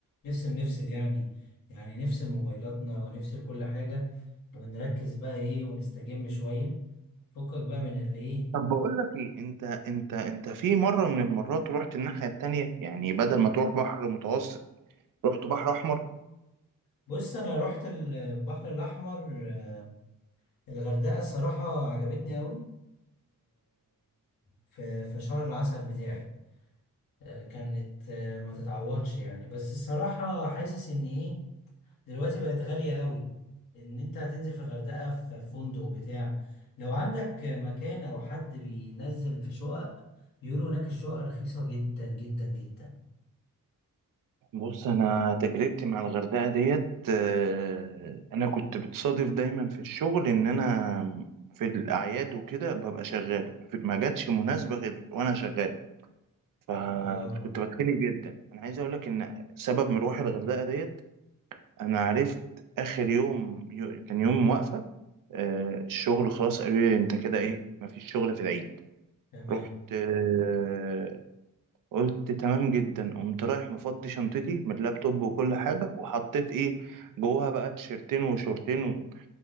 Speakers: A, on the left; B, on the right.
A: نفصل نفصل يعني يعني نفصل موبايلاتنا ونفصل كل حاجة ونركز بقى ايه ونستجم شوية فكك بقى من اللي ايه
B: طب بقول لك ايه انت انت انت في مرة من المرات رحت الناحية التانية يعني بدل ما تروح بحر متوسط رحت بحر احمر
A: بص انا رحت البحر الاحمر آه، الغردقه الصراحه عجبتني قوي في في شهر العسل بتاعي آه، كانت آه، ما تتعوضش يعني بس الصراحه حاسس ان ايه دلوقتي بقت غاليه قوي ان انت هتنزل في الغردقه في فندق بتاع لو عندك مكان او حد بينزل في شقق بيقولوا هناك الشقق رخيصه جدا جدا جدا
B: بص انا تجربتي مع الغردقه ديت آه، انا كنت بتصادف دايما في الشغل ان انا في الاعياد وكده ببقى شغال ما جاتش مناسبه غير وانا شغال فكنت
A: اه
B: بتخنق جدا انا عايز اقول لك ان سبب مروحي الغردقه ديت انا عرفت اخر يوم يو- كان يوم واقفه الشغل خلاص قالوا لي انت كده ايه ما فيش شغل في العيد
A: تمام
B: رحت آه، قلت تمام جدا قمت رايح مفضي شنطتي من اللابتوب وكل حاجة وحطيت ايه جواها بقى تيشرتين وشورتين و- قمت